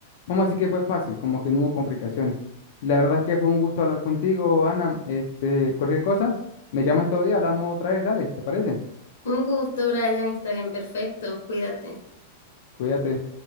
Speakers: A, on the left; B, on the left.
A: Vamos a decir que fue fácil, como que no hubo complicaciones. La verdad es que fue un gusto hablar contigo, Ana. Este, cualquier cosa, me llamas estos días, hablamos otra vez, dale, ¿te parece?
B: Un gusto, Brian. Está bien, perfecto. Cuídate.
A: Cuídate.